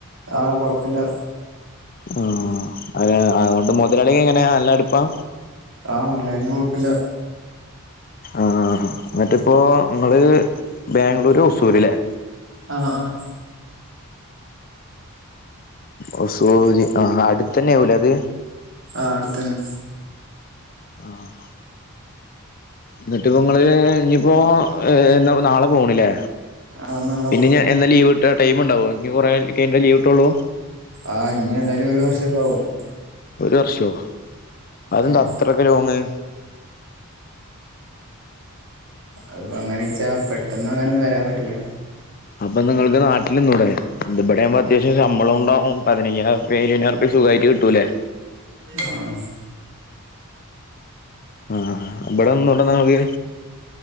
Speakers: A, on the right; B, on the left.
A: ആഹ് കൊഴപ്പില്ല.
B: ആഹ് അത് അതുകൊണ്ട് മുതലാളി എങ്ങനെയാ നല്ല അടുപ്പാ?
A: ആഹ് മലയാളി കുഴപ്പില്ല.
B: ആഹ് എന്നിട്ടിപ്പോ നിങ്ങള് ബാംഗ്ലൂര് ഒസൂര്ല്ലേ?
A: ആഹ് ആഹ്
B: ആ സൂര്യ ആ അടുത്ത തന്നെ ആവുലെ അത്
A: ആഹ് അടുത്തന്നെ
B: ആഹ് എന്നിട്ട് ഇപ്പ നിങ്ങള് ഇനിയിപ്പോ എന്ന നാളെ പോണില്ലേ
A: ആഹ് നാളെ
B: പിന്നെ
A: പോ
B: ഇനി എന്നാ ലീവ് ടൈം ഉണ്ടാവോ കുറെ കയിഞ്ഞ ലീവ് കിട്ടൊള്ളു
A: ആഹ് ഇഞ്ഞ് എന്തായാലും ഒരു വർഷൊക്കെ ആവും
B: ഒരു വർഷോ അദെന്താ
A: ഉം
B: അത്രയക്കെ ലോങ്ങ്
A: അപ്പൊ അങ്ങനെ വെച്ചാ പെട്ടന്ന് അങ്ങനെ വരാൻ പറ്റൂല
B: അപ്പൊ നിങ്ങൾക്ക് നാട്ടിൽ നിന്നൂടെ ഇവിടെയാമ്പോ അത്യാവശ്യം ശമ്പളം ഉണ്ടാവും പതിനയ്യ ഇരുവയിനായിരം സുഖമായിട്ട് കിട്ടൂലേ
A: ആഹ്
B: ആഹ് ഇവിടെന്നുടെ ന്നങ്ങക്ക്